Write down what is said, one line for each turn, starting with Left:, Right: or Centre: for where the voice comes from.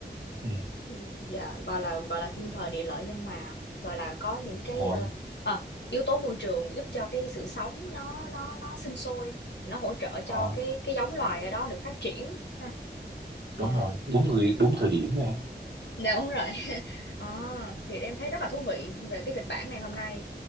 Right: ừ,
Left: ừ, dạ gọi là gọi là thiên thời địa lợi nhân hòa gọi là có những
Right: đúng
Left: cái
Right: rồi
Left: ờ, ờ, yếu tố môi trường giúp cho cái sự sống nó nó nó sinh sôi nó hỗ trợ cho
Right: ờ,
Left: cái cái giống loài ở đó được phát triển ha ờ
Right: đúng rồi đúng người đúng thời điểm này
Left: dạ, đúng rồi À, thì em thấy rất là thú vị về cái kịch bản ngày hôm nay